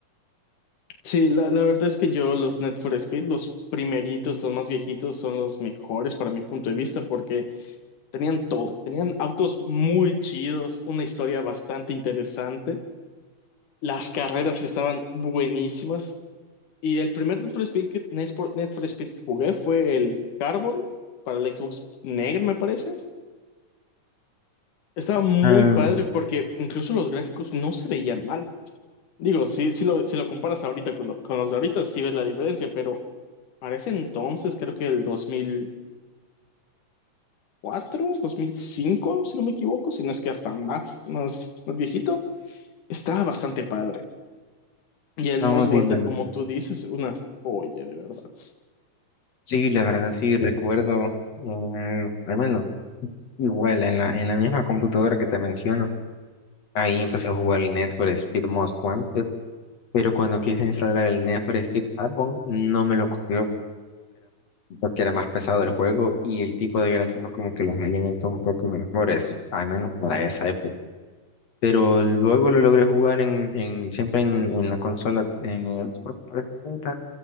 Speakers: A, on the left; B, on the left.
A: sí, la, la verdad es que yo los Net for Speed, los primeritos, los más viejitos, son los mejores para mi punto de vista porque tenían todo. Tenían autos muy chidos, una historia bastante interesante. Las carreras estaban buenísimas Y el primer Need for Speed que, Need for- Need for Speed que jugué fue el Carbon para el Xbox Negro, me parece. Estaba muy
B: Ah,
A: padre porque incluso los gráficos no se veían mal. Digo, sí, sí lo, si lo comparas ahorita con, lo- con los de ahorita, sí ves la diferencia, pero para ese entonces, creo que el dos dos mil cuatro dos mil cinco si no me equivoco, si no es que hasta más, más, más viejito, estaba bastante padre. Y el
B: vamos
A: Most
B: a decirlo.
A: Wanted, como tú dices, una joya, de verdad.
B: Sí, la verdad sí recuerdo, eh, al menos igual en la, en la misma computadora que te menciono, ahí empecé a jugar el Need for Speed Most Wanted, pero cuando quise instalar el Need for Speed Carbon no me lo corrió porque era más pesado el juego y el tipo de gráficos como que los habían hecho un poco mejores, al menos para esa época. Pero luego lo logré jugar en, en siempre en, en la consola, en la Xbox 360,